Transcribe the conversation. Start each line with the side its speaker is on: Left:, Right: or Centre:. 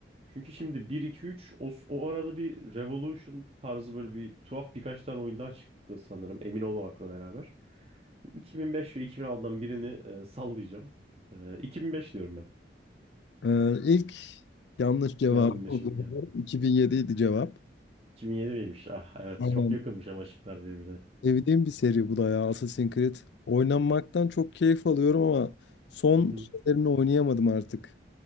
Right: Çünkü şimdi 1 2 3 o, o arada bir Revolution tarzı böyle bir tuhaf birkaç tane oyun daha çıktı sanırım emin olmamakla beraber. 2005 ve 2006'dan birini e, sallayacağım. E, 2005 diyorum ben.
Left: Ee, ilk yanlış cevap
Right: Yanlışım
Left: oldu.
Right: geldi.
Left: 2007 idi cevap.
Right: 2007 miymiş? Ah evet
Left: Aynen.
Right: çok yakınmış ama şıklar birbirine.
Left: Evdiğim bir seri bu da ya Assassin's Creed. Oynanmaktan çok keyif alıyorum ama son
Right: Hı hı.
Left: şeylerini oynayamadım artık.